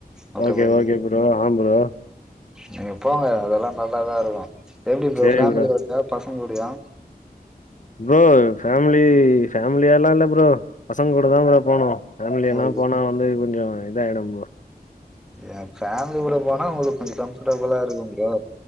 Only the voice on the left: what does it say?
ஓகே ஓகே ப்ரோ ஆ ப்ரோ
சேரி
ப்ரோ
ப்ரோ ஃபேமிலி ஃபேமிலியாலா இல்ல ப்ரோ பசங்க கூட தா ப்ரோ போனு ஃபேமிலியனா
போனா வந்து இவுங்க இத ஆயிடு ப்ரோ